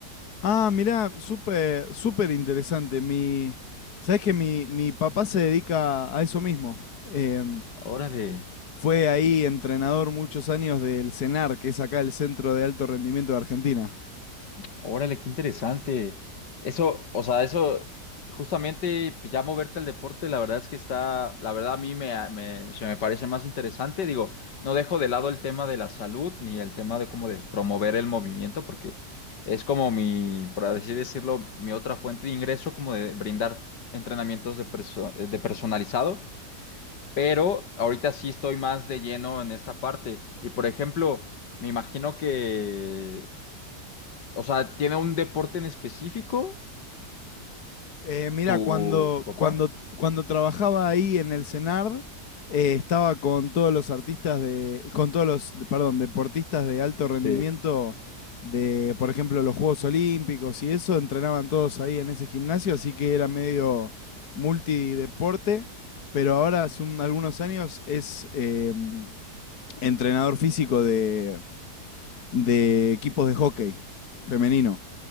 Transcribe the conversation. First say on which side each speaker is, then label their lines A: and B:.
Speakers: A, on the left (about 65°); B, on the left (about 85°).
A: Ah, mirá, súper, súper interesante. Mi, sabes que mi, mi papá se dedica a eso mismo. Em,
B: Órale.
A: fue ahí entrenador muchos años del CENAR, que es acá el Centro de Alto Rendimiento de Argentina.
B: Órale, qué interesante. Eso, o sea, eso, justamente, pues ya moverte al deporte, la verdad es que está, la verdad a mí me, me- se me parece más interesante. Digo, no dejo de lado el tema de la salud ni el tema de como de promover el movimiento, porque es como mi, por así decirlo, mi otra fuente de ingreso, como de brindar entrenamientos de, perso- eh, de personalizado. Pero ahorita sí estoy más de lleno en esta parte. Y por ejemplo, me imagino que o sea, ¿tiene un deporte en específico
A: Eh, mira,
B: tu,
A: cuando,
B: tu papá?
A: cuando, cuando trabajaba ahí en el CENARD, eh, estaba con todos los artistas de, con todos los, de- perdón, deportistas de alto rendimiento
B: Sí.
A: de, por ejemplo, los Juegos Olímpicos y eso, entrenaban todos ahí en ese gimnasio, así que era medio multideporte, pero ahora hace un- algunos años es eh, entrenador físico de, de equipos de hockey femenino.